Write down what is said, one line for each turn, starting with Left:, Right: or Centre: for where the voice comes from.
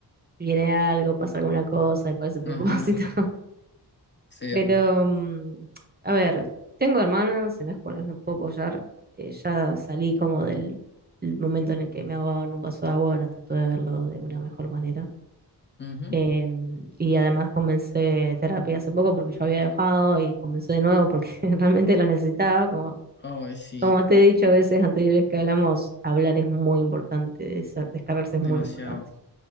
Right: viene algo, pasa alguna cosa y parece a propósito.
Left: Ajá. Sí.
Right: Pero,
Left: bo.
Right: mm, a ver, tengo hermanas en las cuales me puedo apoyar. Eh, ya salí como del, del momento en el que me ahogaba en un vaso de agua, ahora trato de verlo de una mejor manera.
Left: Ujú.
Right: Em, y además comencé terapia hace poco porque yo había dejado y comencé de nuevo porque <laughs> realmente lo necesitaba. Como,
Left: Ay, sí,
Right: como te he dicho a veces anteriores que hablamos, hablar es muy importante, desa- descargarse
Left: demasiado.
Right: es muy importante.